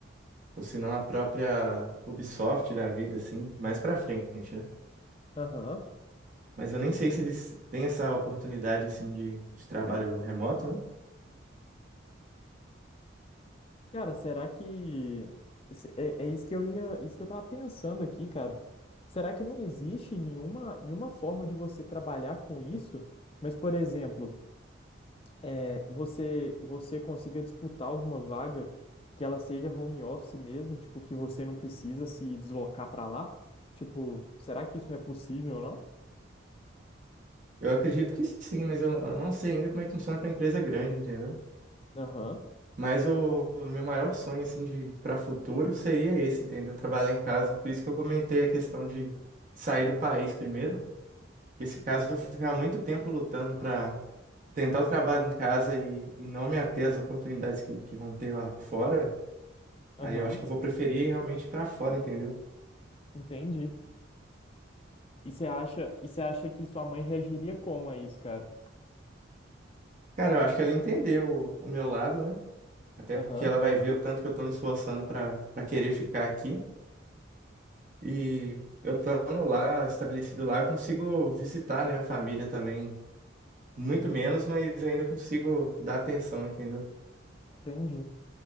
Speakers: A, on the right (about 40°); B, on the left (about 30°).
A: ou se não a própria Ubisoft da vida, assim, mais pra frente, né?
B: aham.
A: Mas eu nem sei se eles têm essa oportunidade, assim, de, de trabalho remoto, né?
B: Cara, será que se- é, é isso que eu ia, isso que eu tava pensando aqui, cara. Será que não existe nenhuma, nenhuma forma de você trabalhar com isso? Mas, por exemplo, é, você você consiga disputar alguma vaga que ela seja home office mesmo, tipo que você não precisa se deslocar para lá? Tipo, será que isso não é possível, não?
A: Eu acredito que sim, mas eu, eu não sei ainda como é que funciona pra empresa grande, entendeu?
B: Aham,
A: Mas o, o meu maior sonho, assim, de para futuro seria esse, entendeu? Trabalhar em casa. Por isso que eu comentei a questão de sair do país primeiro, porque esse caso eu vou ficar muito tempo lutando pra tentar o trabalho em casa e, e não me ater às oportunidades que, que vão ter lá fora.
B: aham,
A: Aí eu acho que eu vou preferir realmente ir pra fora, entendeu?
B: entendi. E você acha, e você acha que sua mãe reagiria como a isso, cara?
A: Cara, eu acho que ela entendeu o, o meu lado, né? Até
B: Aham,
A: porque ela vai ver o tanto que eu tô me esforçando pra, pra querer ficar aqui. E eu estando lá, estabelecido lá, eu consigo visitar, né, a família também. Muito menos, mas eu ainda consigo dar atenção, entendeu?
B: entendi.